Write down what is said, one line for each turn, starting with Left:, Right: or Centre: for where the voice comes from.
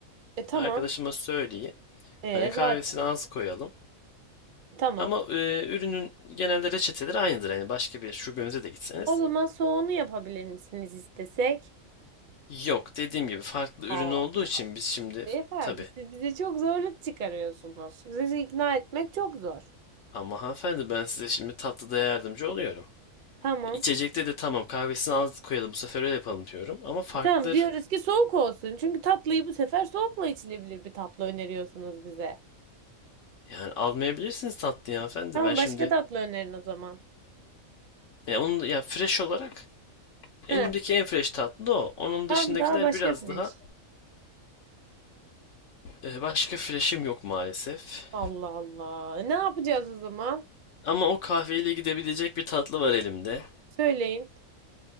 Right: E tamam.
Left: Arkadaşıma söyleyin.
Right: E
Left: Hani kahvesini
Right: zaten.
Left: az koyalım.
Right: Tamam.
Left: Ama e, ürünün genelde reçeteleri aynıdır. Hani başka bir şubemize de gitseniz.
Right: O zaman soğunu yapabilir misiniz istesek?
Left: Yok dediğim gibi farklı ürün
Right: Aa,
Left: olduğu için biz şimdi
Right: beyefendi
Left: tabii.
Right: siz bize çok zorluk çıkarıyorsunuz. Sizi ikna etmek çok zor.
Left: Ama hanımefendi ben size şimdi tatlıda yardımcı oluyorum.
Right: Tamam.
Left: İçecekte de tamam kahvesini az koyalım bu sefer öyle yapalım diyorum. Ama farklıdır.
Right: E, tamam diyoruz ki soğuk olsun. Çünkü tatlıyı bu sefer soğukla içilebilir bir tatlı öneriyorsunuz bize.
Left: Yani almayabilirsiniz tatlıyı hanımefendi.
Right: Tamam
Left: Ben şimdi
Right: başka tatlı önerin o zaman.
Left: E, onun ya fresh olarak elimdeki
Right: Heh,
Left: en fresh tatlı o. Onun
Right: tamam
Left: dışındakiler
Right: daha başka
Left: biraz
Right: fresh.
Left: daha e, başka fresh'im yok maalesef.
Right: Allah Allah. E, ne yapacağız o zaman?
Left: Ama o kahveyle gidebilecek bir tatlı var elimde.
Right: Söyleyin.